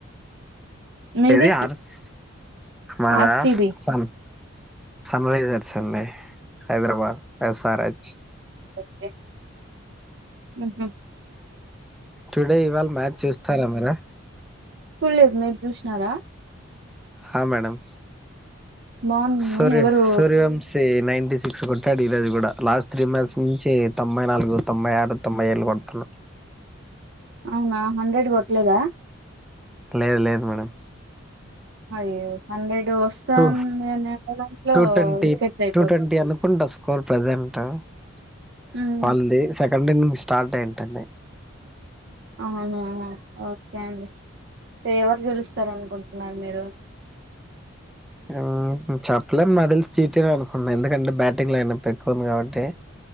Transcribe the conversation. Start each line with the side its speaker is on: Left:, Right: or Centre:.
Right: మీది
Centre: ఏది అర్స్ మాదా
Right: ఆర్సిబి
Centre: సన్ సన్ రైజర్స్ అండి Hyderabad S R H
Right: okay మ్మ్ హ్మ్
Centre: టుడే ఇవాళ మ్యాచ్ చూస్తారా మిరా
Right: చూడ్లేదు మీరు చూసినారా
Centre: హా మేడం
Right: బాగుంది
Centre: సూర్య
Right: ఎవరు
Centre: సూర్యవంశీ నైంటీ సిక్స్ కొట్టాడు ఈరోజు కూడ. లాస్ట్ త్రీ మంత్స్ నుంచి తొంబై నాలుగు, తొంబై ఆరు, తొంభై ఏళ్ళు కొడుతున్నా
Right: అవునా హండ్రెడ్ కొట్లేదా
Centre: లేదు లేదు మేడం
Right: అయ్యో హండ్రెడ్ ఇప్పుడు వస్తాను
Centre: టూ
Right: <unintelligible> దాంట్లో
Centre: టూ ట్వంటీ
Right: వికెట్ అయిపోతు
Centre: టూ ట్వంటీ అనుకుంటా స్కోర్ ప్రజెంట్ <unintelligible>
Right: ఉమ్
Centre: ళ్లే స సండే నుండి స్టార్ట్ అయింటంది
Right: అవునా ఓకే అండి. ఎవరు గెలుస్తారు అనుకుంటున్నారు మీరు?
Centre: మ్మ్ చెప్పలేం మాక్ తెలిసి చీటింగ్ అనుకుంటున్నా ఎందుకంటే బ్యాటింగ్ లైన్ అప్ ఎక్కువ ఉంది కాబట్టి